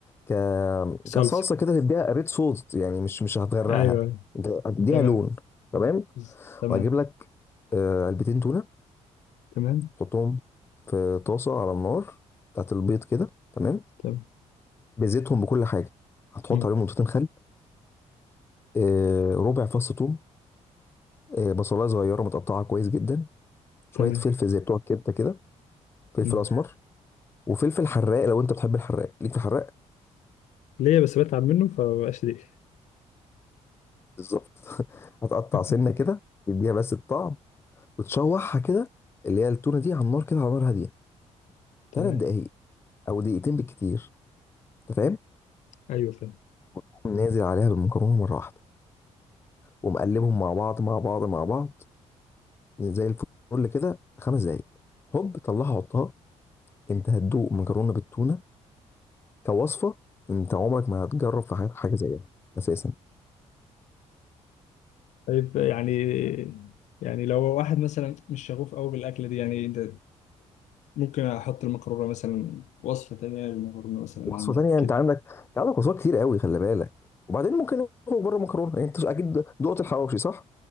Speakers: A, on the left; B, on the left.
A: ك
B: صلصة
A: كصلصه كده تديها ريد صوص يعني مش مش هتغرقها
B: أيوه أيوة.
A: انت هتديها
B: تمام
A: لون تمام
B: ز- تمام
A: وهجيب لك آه، علبتين تونه
B: تمام
A: حطهم في طاسه على النار بتاعت البيض كده تمام
B: تمام
A: بزيتهم بكل حاجه هتحط
B: مم.
A: عليهم نقطتين خل آه، ربع فص ثوم آه، بصلايه صغيره متقطعه كويس جدا شويه
B: تمام
A: فلفل زي بتوع الكبده كده فلفل
B: مم.
A: اسمر وفلفل حراق لو انت بتحب الحراق ليك في الحراق
B: ليه بس بتعب منه فمبقاش ليه
A: بالظبط هتقطع
B: <laughs>
A: سنه كده تديها بس الطعم وتشوحها كده اللي هي التونه دي على النار كده على نار هاديه
B: تمام
A: ثلاث دقايق او دقيقتين بالكتير انت فاهم
B: أيوه فاهم
A: تقوم نازل عليها بالمكرونه مره واحده ومقلبهم مع بعض مع بعض مع بعض زي الفل كده خمس دقايق هوب طلعها حطها انت هتدوق مكرونه بالتونه كوصفه انت عمرك ما هتجرب في حياتك حاجه زيها اساسا
B: طيب يعني يعني لو واحد مثلا مش شغوف قوي بالأكلة دي يعني أنت ممكن أحط المكرونة مثلا وصفة تانية للمكرونة مثلا
A: وصفه
B: عندك
A: تانية
B: كده
A: انت عندك انت عندك وصفات كتير قوي خلي بالك وبعدين ممكن نخرج بره المكرونه يعني انت اكيد دقت الحواوشي صح